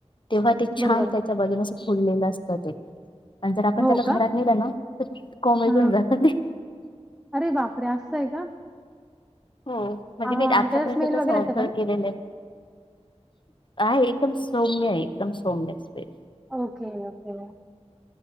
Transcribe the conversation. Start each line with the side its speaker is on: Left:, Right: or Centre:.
Left: तेव्हा ते
Centre: बरोबर
Left: छान त्याच्या बाजून अस फुललेलं असतं ते. आणि जर आपण
Centre: हो
Left: त्याला
Centre: का
Left: घरात नेलं ना तर कोॉमेेतून
Centre: हा हा
Left: जहता ते.
Centre: अरे बापरे असं आहे का?
Left: हो म्हणजे
Centre: हा
Left: मी
Centre: हा आणि
Left: आतापर्यंत
Centre: त्याचा स्मेल
Left: तसं
Centre: वगैरे
Left: ऑफजर्व
Centre: येतं बरं
Left: केलेलं आहे. आहे एकदम सौम्य आहे एकदम सौम्य असते.
Centre: Okay okay.